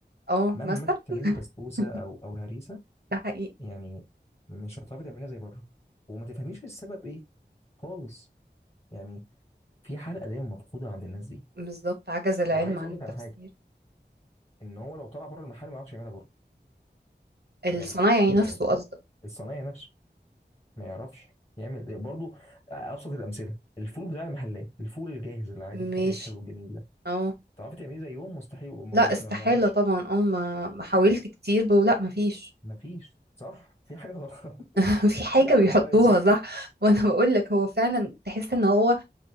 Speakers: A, on the right; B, on the left.
A: اه
B: مهما
A: مثلا
B: تعملي
A: <laughs>
B: بسبوسه او او هريسه
A: ده حقيقي
B: يعني مش هتعرفي تعمليها زي بره وما تفهميش السبب ايه خالص يعني في حلقه دايما مفقوده عند الناس دي
A: بالظبط عجز العلم
B: وعايز
A: عن
B: اقول
A: التفسير
B: لك على حاجه ان هو لو طلع بره المحل ما يعرفش يعملها برضه
A: الصنايعي
B: يعني
A: نفسه
B: يعني
A: قصدك
B: الصنايعي نفسه ما يعرفش يعمل برضه ابسط الامثله الفول بتاع المحلات الفول الجاهز العادي الطبيعي
A: ماشي
B: الحلو الجميل ده
A: اه
B: تعرفي تعمليه زيهم مستحيل وما
A: لا
B: بي-
A: استحالة
B: ما بنعرفش
A: طبعا اه ما ما حاولت كتير ب- لا ما فيش
B: ما فيش صح في حاجه غلط
A: <laughs> في
B: <laughs>
A: حاجة
B: في عالم
A: بيحطوها
B: موازي
A: صح <laughs> وانا بقول لك هو فعلا تحس ان هو